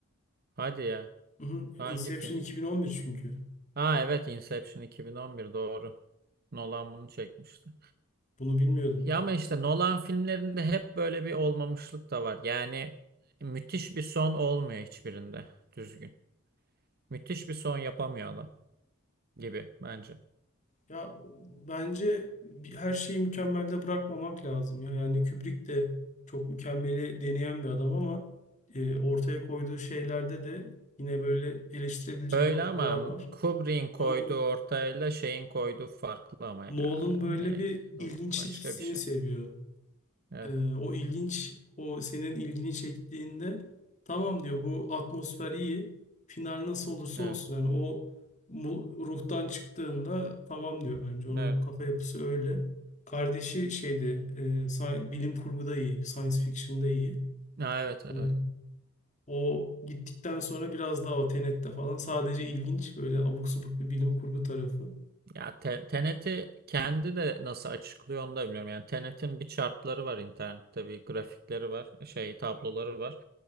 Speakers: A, on the right (about 50°); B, on the left (about 35°).
A: Hadi ya.
B: Hı hı.
A: Hangi
B: Inception
A: film?
B: 2011 çünkü.
A: Ha evet Inception 2011 doğru. Nolan bunu çekmişti.
B: Bunu bilmiyordum.
A: Ya ama işte Nolan filmlerinde hep böyle bir olmamışlık da var. Yani müthiş bir son olmuyor hiçbirinde düzgün. Müthiş bir son yapamıyor adam gibi bence.
B: Ya bence bir- her şeyi mükemmelde bırakmamak lazım ya. Yani Kubrick de çok mükemmeli deneyen bir adam ama e, ortaya koyduğu şeylerde de yine böyle eleştirebileceğin
A: Öyle
B: noktalar
A: ama
B: var.
A: Kubrick'in koyduğu
B: Nolan
A: ortayla şeyin koyduğu farklı ama ya.
B: Nolan
A: hani
B: böyle bir
A: Nolan
B: ilginçlik
A: başka
B: hissini
A: bir şey.
B: seviyor.
A: Evet,
B: Ee, o ilginç, o senin ilgini çektiğinde tamam diyor bu atmosfer iyi. Final nasıl olursa
A: evet,
B: olsun yani o mu- ruhtan çıktığında tamam diyor bence. Onun
A: evet.
B: kafa yapısı öyle. Kardeşi şeydi, e, sci- bilim kurguda iyi, science fiction'da iyi.
A: Ha, evet,
B: Ee,
A: evet.
B: o gittikten sonra biraz daha o Tenet'te falan sadece ilginç böyle abuk subuk bir bilim kurgu tarafı.
A: Ya te- Tenet'i kendi de nasıl açıklıyor onu da bilmiyorum. Yani Tenet'in bir chartları var internette bir grafikleri var şey tabloları var.